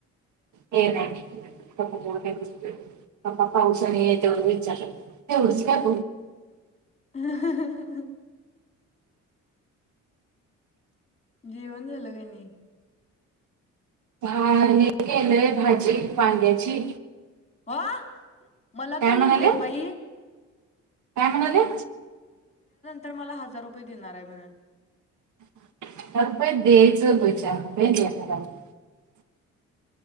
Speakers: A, on the right (about 75°); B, on the left (about 20°).
A: हे नाही <inaudible> पपा पाऊसाने आहे तेवढं विचारत तेवढच काय
B: <inaudible> जेवण झालं काय नाही
A: हा हे भाजी वांग्याची
B: हो मला
A: काय
B: तर येऊ
A: म्हणाले
B: देत बाई
A: काय म्हणाले
B: तर मला हजार रुपये देणार आहे म्ह
A: अप दचच भ